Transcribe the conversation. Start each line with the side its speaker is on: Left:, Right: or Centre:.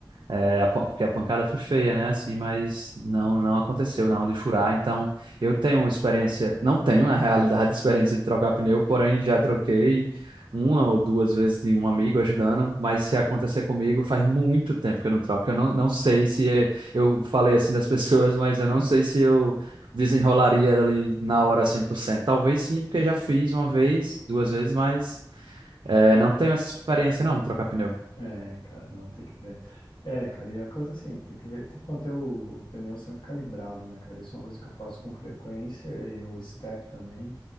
Right: É, a pan- porque a pancada foi feia, né? Assim, mas não não aconteceu, não, de furar. Então, eu tenho uma experiência, não tenho, na realidade, <laughs> experiência de trocar pneu, porém já troquei uma ou duas vezes de um amigo ajudando, mas se acontecer comigo, faz muito tempo que eu não troco. Eu não, não sei se é- eu falei assim das <laughs> pessoas, mas eu não sei se eu desenrolaria ali na hora 100%. Talvez sim, porque já fiz uma vez, duas vezes, mas é, não tenho essa experiência, não, de trocar pneu.
Left: É, cara, não, tem que ver. É, cara, e é a coisa assim, tem que ver, tem que manter o, o pneu sempre calibrado, né, cara? Isso é uma coisa que eu faço com frequência e o step também.